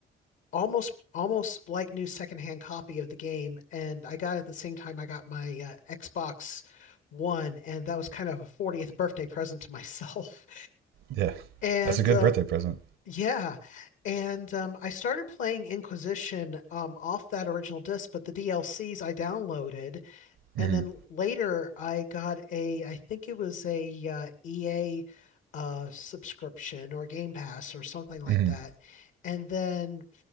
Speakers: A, on the left; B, on the right.
A: almost almost like new secondhand copy of the game, and I got it at the same time I got my uh, Xbox One, and that was kind of a 40th birthday present to <laughs> myself.
B: Yeah,
A: And
B: that's a good
A: uh,
B: birthday present.
A: yeah, and um, I started playing Inquisition um, off that original disc, but the DLCs I downloaded
B: hmm
A: and then later I got a, I think it was a uh, EA uh, subscription or Game Pass or something like
B: hmm
A: that. And then